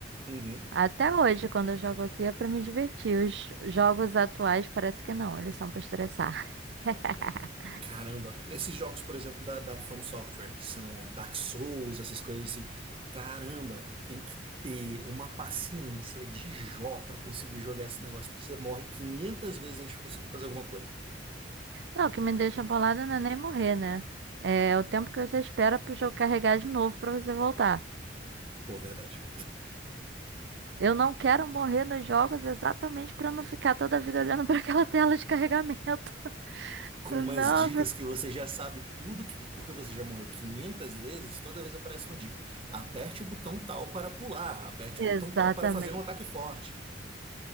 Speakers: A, on the right; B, on the right.
A: Uhum.
B: Até hoje, quando eu jogo aqui, é pra me divertir. Os jogos atuais parece que não, eles são pra estressar. <laughs>
A: Caramba, esses jogos, por exemplo, da, da From Software, que são Dark Souls, essas coisas assim, caramba, tem que ter uma paciência de Jó pra conseguir jogar esse negócio, porque você morre 500 vezes antes de conseguir fazer alguma coisa.
B: Não, o que me deixa bolada não é nem morrer, né? É o tempo que você espera pro jogo carregar de novo pra você voltar.
A: Pô, verdade.
B: Eu não quero morrer nos jogos exatamente pra não ficar toda a vida olhando <laughs> pra aquela tela de carregamento.
A: Com
B: Não,
A: umas dicas que você já sabe tudo, que- porque você já morreu 500 vezes, toda vez aparece uma dica. Aperte o botão tal para pular, aperte
B: <laughs> exatamente.
A: o botão tal para fazer um ataque forte.